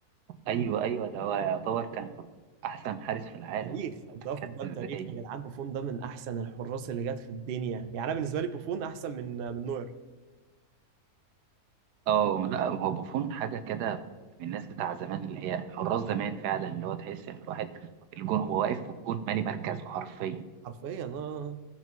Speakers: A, on the right (about 90°); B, on the right (about 70°).
A: ايوه ايوه ده هو يعتبر كان احسن حارس في العالم
B: تاريخ
A: بتتكلم
B: انت واقف قدام تاريخ
A: ازاي
B: يا جدعان بوفون ده من احسن الحراس اللي جت في الدنيا يعني انا بالنسبه لي بوفون احسن من من نوير
A: اه لا هو بوفون حاجه كده من الناس بتاع زمان اللي هي حراس زمان فعلا اللي هو تحس ان الواحد الجون هو واقف في الجون مالي مركزه حرفيا
B: حرفيا اه